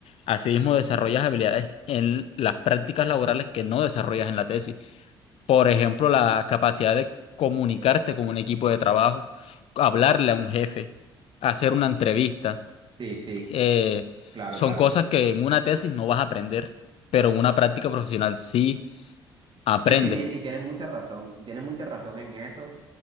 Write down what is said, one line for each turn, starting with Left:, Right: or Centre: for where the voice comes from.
Left: así mismo desarrollas habilidades en las prácticas laborales que no desarrollas en la tesis. Por ejemplo, la capacidad de comunicarte con un equipo de trabajo, hablarle a un jefe, hacer una entrevista.
Right: Sí, sí.
Left: eh,
Right: Claro,
Left: son
Right: claro.
Left: cosas que en una tesis no vas a aprender, pero en una práctica profesional sí aprendes.
Right: Sí, sí, tiene, y tienes mucha razón, y tienes mucha razón en eso,